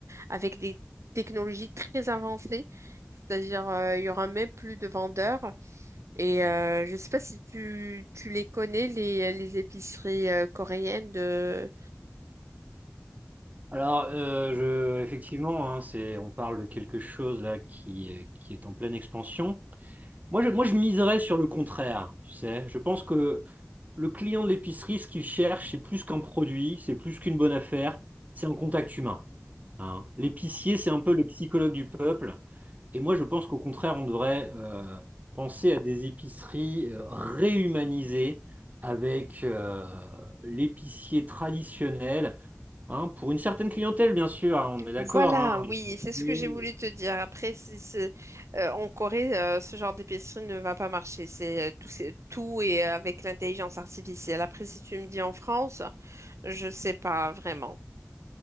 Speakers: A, on the right (about 70°); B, on the right (about 30°).
A: avec des technologies très avancées, c'est-à-dire euh, il y aura même plus de vendeurs. Et
B: Mhm.
A: euh, je sais pas si tu, tu les connais, les, les épiceries euh, coréennes de...
B: Alors, euh, je- effectivement, hein, c'est, on parle de quelque chose là qui, est- qui est en pleine expansion. Moi, je, moi, je miserais sur le contraire, tu sais. Je pense que le client de l'épicerie, ce qu'il cherche, c'est plus qu'un produit, c'est plus qu'une bonne affaire, c'est un contact humain. hein. L'épicier, c'est un peu le psychologue du peuple. Et moi, je pense qu'au contraire, on devrait euh, penser à des épiceries euh, réhumanisées avec euh, l'épicier traditionnel, hein, pour une certaine clientèle, bien sûr, hein, on est d'accord.
A: Voilà,
B: hein.
A: oui, c'est ce
B: Et-
A: que j'ai voulu te dire. Après, si, c'est- euh, en Corée, euh, ce genre d'épicerie ne va pas marcher. C'est euh, tout, c'est tout et euh, avec l'intelligence artificielle. Après, si tu me dis en France, je sais pas vraiment.